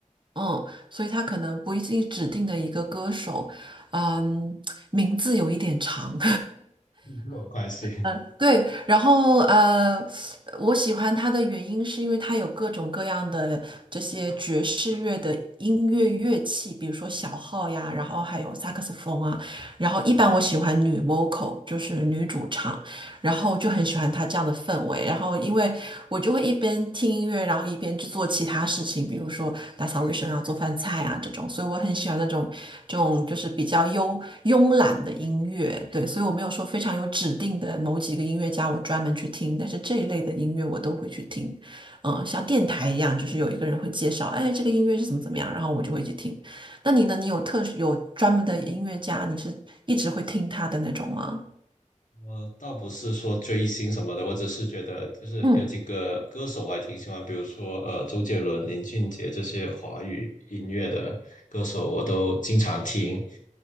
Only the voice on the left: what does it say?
<laughs> 没有关系。
我倒不是说追星什么的，我只是觉得就是有几个歌手我还挺喜欢，
比如说呃周杰伦、林俊杰这些华语音乐的歌手，我都经常听。